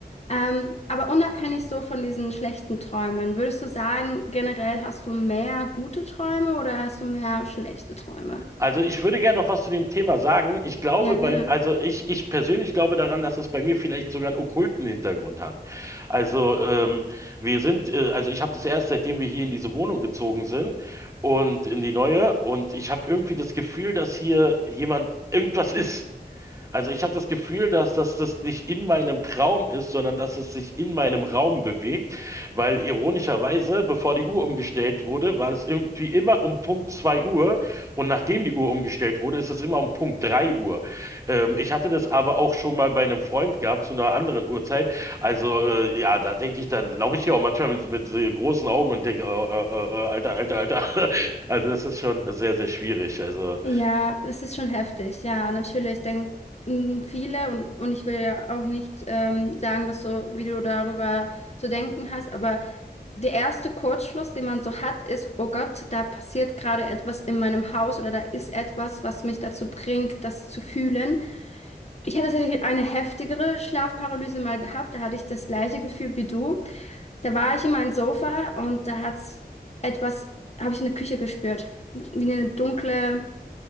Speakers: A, on the left; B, on the right.
A: Ähm, aber unabhängig so von diesen schlechten Träumen, würdest du sagen, generell hast du mehr gute Träume oder hast du mehr schlechte Träume?
B: Also ich würde gerne noch was zu dem Thema sagen. Ich glaube
A: Ja, gerne.
B: bei, also ich, ich persönlich glaube daran, dass es bei mir vielleicht sogar einen okkulten Hintergrund hat. Also ähm, wir sind, äh, also ich habe das erst, seitdem wir hier in diese Wohnung gezogen sind und in die neue. Und ich habe irgendwie das Gefühl, dass hier jemand irgendwas ist. Also ich habe das Gefühl, dass, dass das nicht in meinem Traum ist, sondern dass es sich in meinem Raum bewegt, weil ironischerweise, bevor die Uhr umgestellt wurde, war es irgendwie immer um Punkt zwei Uhr und nachdem die Uhr umgestellt wurde, ist es immer um Punkt 3 Uhr. Ähm, ich hatte das aber auch schon mal bei einem Freund gehabt zu einer anderen Uhrzeit. Also äh, ja, da denke ich, dann laufe ich hier auch manchmal mit, mit so großen Augen und denke, äh, äh, äh, Alter, Alter, Alter. <laughs> Also das ist schon sehr, sehr schwierig. Also,
A: Ja, es ist schon heftig. Ja, natürlich denken viele und, und ich will ja auch nicht ähm, sagen, was so, wie du darüber zu denken hast, aber der erste Kurzschluss, den man so hat, ist, oh Gott, da passiert gerade etwas in meinem Haus oder da ist etwas, was mich dazu bringt, das zu fühlen. Ich hatte tatsächlich eine heftigere Schlafparalyse mal gehabt. Da hatte ich das gleiche Gefühl wie du. Da war ich in meinem Sofa und da hat's etwas, habe ich in der Küche gespürt. Wie eine dunkle